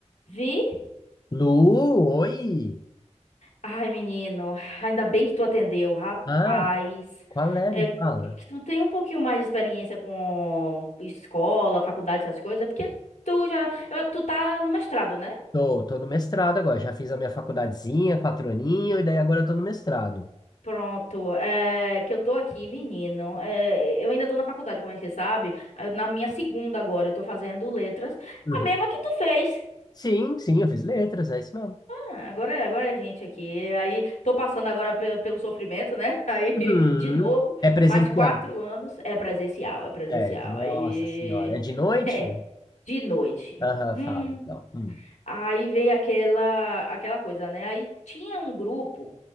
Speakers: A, on the left; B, on the left.
A: Vi?
B: Lu, oi!
A: Ai, menino, ainda bem que tu atendeu, rapaz.
B: Ah, qual é?
A: É,
B: Me fala.
A: que que tu tem um pouquinho mais de experiência com escola, faculdade, essas coisas, é porque tu já, eu- tu tá no mestrado, né?
B: Tô, tô no mestrado agora. Já fiz a minha faculdadezinha, quatro aninhos, e daí agora eu tô no mestrado.
A: Pronto, é que eu tô aqui, menino. É, eu ainda tô na faculdade, como é que você sabe? Eu- Na minha segunda agora, eu tô fazendo letras,
B: Uhum.
A: a mesma que tu fez.
B: Sim, sim, eu fiz letras, é isso mesmo.
A: É, Agora, é- agora é a gente aqui. E Aí tô passando agora pe- pelo sofrimento, né? <laughs> Aí
B: Uhum.
A: de novo,
B: É presencial,
A: mais quatro anos é presencial, é presencial.
B: certo? Nossa
A: Aí
B: senhora. É de noite?
A: <laughs> de noite.
B: Aham,
A: Hum,
B: fala então. Hum,
A: aí vem aquela aquela coisa, né? Aí tinha um grupo